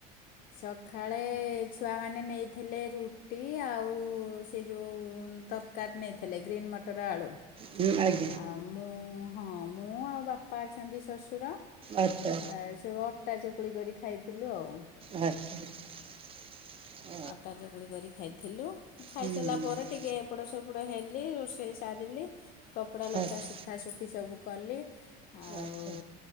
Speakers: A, on the left (about 45°); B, on the right (about 30°).
A: ସକାଳେ ଛୁଆମାନେ ନେଇଥିଲେ ରୁଟି ଆଉ ସେ ଯେଉଁ ତର କାରୀ ନେଇଥିଲେ ଗ୍ରୀନ୍ ମଟର ଆଳୁ।
B: ହୁଁ ଆଜ୍ଞ।
A: ଆଉ ମୁଁ ହଁ ମୁଁ ଆଉ ବାପା ଅଛନ୍ତି ଶ୍ୱଶୁର ଆ
B: ଆଚ୍ଛା
A: ସବୁ ଅଟା ଚକୁଳି କରି ଖାଇଥିଲୁ ଆଉ।
B: ଆଚ୍ଛା।
A: ଆଟା ଚକୁଳି କରି ଖାଇଥିଲୁ ଖାଇସାରିଲା
B: ହୁଁ ହୁଁ
A: ପରେ ଟିକେ ଏପଡ ସେପଡ଼ ହେଲି ରୋଷେଇ ସାରିଲି କପଡ଼ା ଲତା
B: ଆଚ୍ଛା
A: ଶୁଖା ଶୁଖି ସବୁ କଲି। ଆଉ
B: ଆଚ୍ଛା